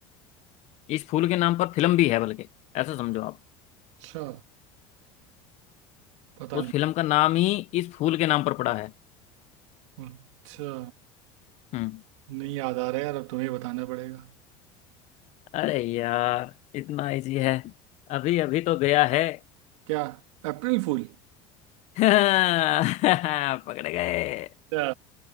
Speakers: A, on the left; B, on the right.
A: इस फूल के नाम पर फिल्म भी है बल्कि ऐसा समझो आप
B: अच्छा पता
A: उस
B: नहीं
A: फिल्म का नाम ही इस फूल के नाम पर पड़ा है
B: अच्छा
A: हम्म
B: नहीं याद आ रहा यार अब तुम्हें बताना पड़ेगा
A: अरे यार इतना इजी है अभी अभी तो गया है
B: क्या अप्रैल फूल
A: <laughs> पकड़ गए
B: अच्छा